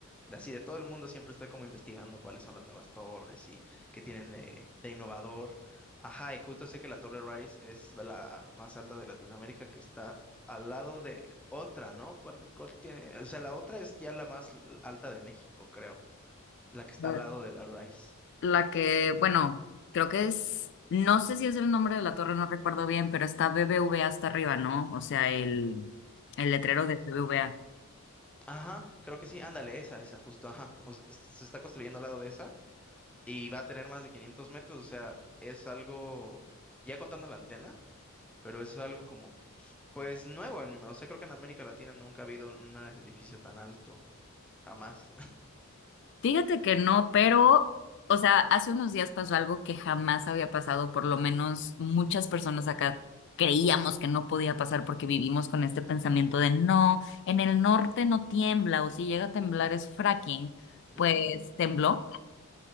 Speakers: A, in the centre; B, on the left.
A: De así, de todo el mundo siempre estoy como investigando cuáles son las nuevas torres y qué tienen de, de innovador. Ajá, y justo sé que la Torre Rice es la más alta de Latinoamérica que está al lado de otra, ¿no? ¿Cuál, cuál tiene? O sea, la otra es ya la más l- alta de México, creo, la que está
B: La
A: al lado de la Rice.
B: la que, bueno, creo que es, no sé si es el nombre de la torre, no recuerdo bien, pero está BBVA hasta arriba, ¿no? O sea, el, el letrero
A: Mm.
B: de BBVA.
A: Ajá, creo que sí, ándale, esa, esa, justo, ajá. O sea, se está construyendo al lado de esa. y va a tener más de 500 metros, o sea, es algo, ya contando la antena, pero es algo como, pues nuevo, en- o sea, creo que en América Latina nunca ha habido un edificio tan alto, jamás.
B: Fíjate que no, pero, o sea, hace unos días pasó algo que jamás había pasado, por lo menos muchas personas acá creíamos que no podía pasar porque vivimos con este pensamiento de no, en el norte no tiembla o si llega a temblar es fracking,
A: <laughs>
B: pues tembló.